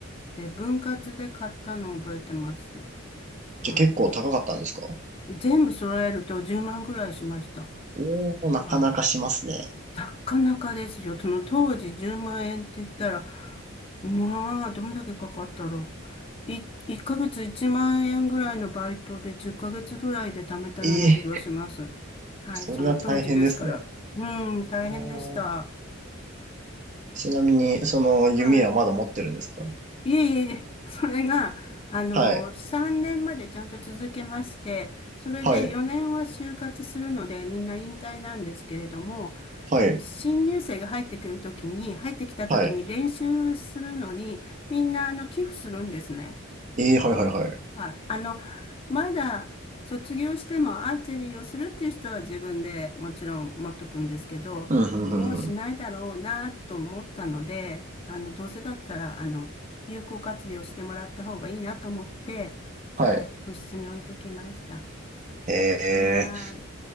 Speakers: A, on the left (about 25°); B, on the right (about 35°).
A: で、分割で買ったのを覚えてます。は
B: じゃあ結構高かったんですか
A: い。全部揃えると10万ぐらいしました。
B: おー、
A: はい。
B: なかなかしますね。
A: なかなかですよ。その当時10万円って言ったら、まあ、どんだけかかったろう。い、1ヶ月1万円ぐらいのバイトで10ヶ月ぐらいで貯めたような気がします。
B: えー
A: はい、
B: それは大変ですね。
A: その当時ですから。うん、大変でした。
B: あーちなみに、その、
A: はい。
B: 弓はまだ持ってるんですか
A: いえいえいえ、それが、あの、
B: はい、
A: 3年までちゃんと続けまして、それで4年は就活するので、
B: はい、
A: みんな引退なんですけれども、
B: はい、
A: あの、新入生が入ってくるときに、入ってきたときに練習するのに、
B: はい。
A: みんな、あの、寄付するんですね。
B: えーはいはいはい。
A: はい。あの、まだ卒業してもアーチェリーをするっていう人は自分でもちろん持っとくんですけど、
B: うん、うん、
A: もうしないだろうなと思ったので、
B: うん、うん。
A: あの、どうせだったら、あの、有効活用してもらった方がいいなと思って、はい、
B: はい。
A: 部室に置いてきました。
B: ええ
A: はーい。